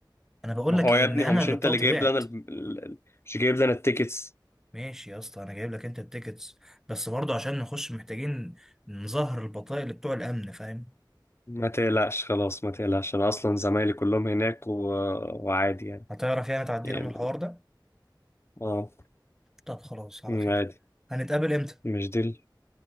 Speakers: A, in the centre; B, on the left.
A: انا بقول
B: ما
A: لك
B: هو
A: إيه،
B: يا
A: ان
B: ابني
A: انا
B: هو مش
A: اللي
B: انت
A: بطاقتي
B: اللي جايب
A: وقعت
B: لنا ال- ال- مش جايب لنا التيكتس
A: ماشي يا اسطى انا جايب لك انت التيكتس بس برضه عشان نخش محتاجين نظهر البطايق اللي بتوع الامن فاهم
B: ما تقلقش خلاص ما تقلقش انا اصلا زمايلي كلهم هناك و... وعادي يعني
A: هتعرف يعني تعدينا
B: يعني
A: من الحوار ده
B: اه
A: طب خلاص على خير
B: عادي
A: هنتقابل امتى
B: مش دي